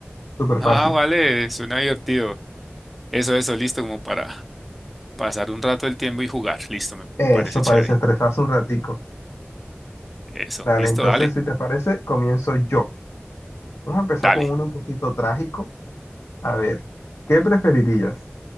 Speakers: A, on the left; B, in the centre.
A: Súper
B: Ah,
A: fácil.
B: vale, suena divertido. Eso, eso, listo, como para pasar un rato el tiempo y jugar. Listo, me
A: Eso,
B: parece chévere.
A: para desestresarse un ratico.
B: Eso,
A: Dale,
B: listo,
A: entonces,
B: dale,
A: si te parece, comienzo yo. Vamos a empezar
B: dale.
A: con uno un poquito trágico. A ver, ¿qué preferirías?